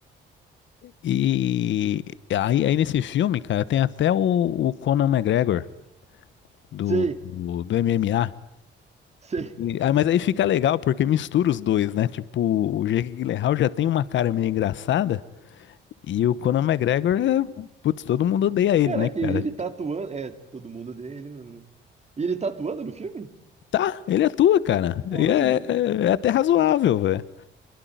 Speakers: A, on the left; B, on the right.
A: E aí, aí nesse filme, cara, tem até o o Conan McGregor. do,
B: Sei,
A: do MMA.
B: sei.
A: E- ah, mas aí fica legal porque mistura os dois, né? Tipo, o Jake Gyllenhaal já tem uma cara meio engraçada e o Conor McGregor é, putz, todo mundo odeia ele,
B: Caraca,
A: né, cara?
B: e ele tá atuando. É, todo mundo odeia ele mesmo, né? E ele tá atuando no filme?
A: Tá, ele atua, cara.
B: Nossa,
A: E é,
B: cara.
A: é- é até razoável, velho.